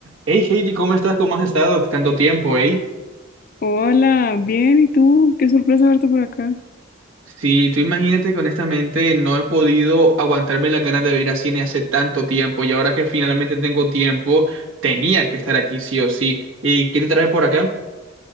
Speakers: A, on the right; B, on the left.
A: Hey Heidi, ¿cómo estás? ¿Cómo has estado? Tanto tiempo, ¿eh?
B: Hola, bien, ¿y tú? Qué sorpresa verte por acá.
A: Sí, tú imagínate que honestamente no he podido aguantarme las ganas de ir a cine hace tanto tiempo y ahora que finalmente tengo tiempo, tenía que estar aquí sí o sí. ¿Y qué te traes por acá?